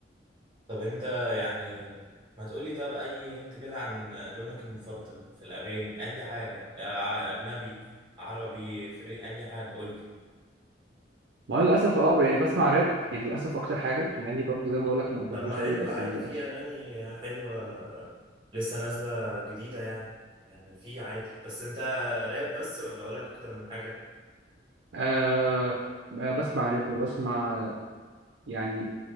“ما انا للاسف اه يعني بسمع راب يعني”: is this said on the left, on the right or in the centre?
Right